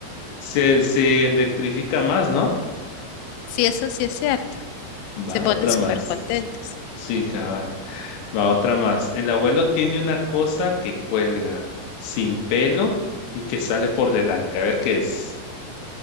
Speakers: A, on the left (about 70°); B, on the left (about 85°).
A: se, se electrifica más, ¿no?
B: sí, eso sí es cierto.
A: Va,
B: Se ponen
A: otra
B: súper
A: más.
B: contentos.
A: Sí, cabal. Va, otra más. El abuelo tiene una cosa que cuelga sin pelo y que sale por delante. A ver qué es.